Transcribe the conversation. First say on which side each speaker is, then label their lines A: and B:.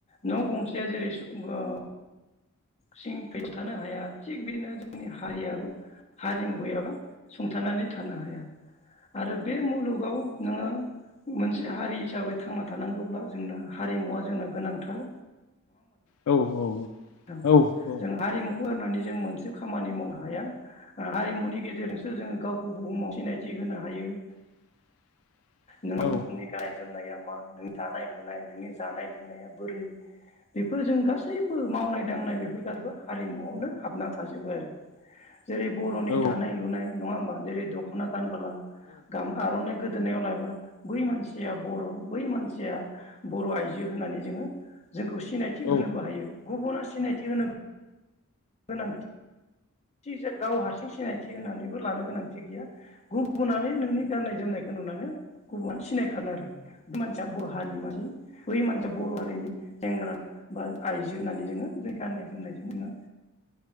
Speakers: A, on the left; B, on the left.
A: न' गंसेया जेरै सुबुं ओ सिं खै थानो हाया थिग बेदिनो जोंनि हारियाबो हारिमु गैयाबा सं थानानै थानो हाया आरो बे मुलुगाव नोङो मोनसे हारि हिसाबै थांना थानांगौब्ला जोंनो हारिमुवा जोंनो गोनांथार
B: औ
A: ओं
B: औ
A: जों हारिमु खौ गारनानै जों मोनसे खामानि मावनो हाया ओ हारिमुनि गेजेरजोंसो जोङो गावखौ बुहुमाव सिनायथि होनो हायो
B: <inaudible>
A: नोङो
B: औ
A: नोंनि गाननाय जोमनाया मा नों दानाय लुनाय नोंनि जानाय लोंनाया बोरै बेफोर जों गासैबो मावनाय दांनाय बेफोर गारैबो हारिमुआवनो हाबना थाजोबो आरो जेरै बर'नि
B: औ
A: दानाय लुनाय नङा होमबा जेरै दख'ना गानबोला गाम आर'नाइ गोदोनायाव ला ब्ला बै मानसिया बर' बै मानसिया बर' आइजो होननानै जोङो जोंखौ सिनायथि
B: औ
A: होनोबो हायो गुबुना सिनायथि होनो गोनां थिजो गाव हारसिं सिनायथि होनानैबो लानो गोनांथि गैया गुबुनानो नोंनि गाननाय जोमनाय खो नुनानो गुबुना सिनायखागोन आरो बि मानसिया बर' हारिनि मानसि बै मानसिया बर' हारिनि सेंग्रा बा आइजो होननानै जोङो जों गान्नाय जोमनायजों जोङो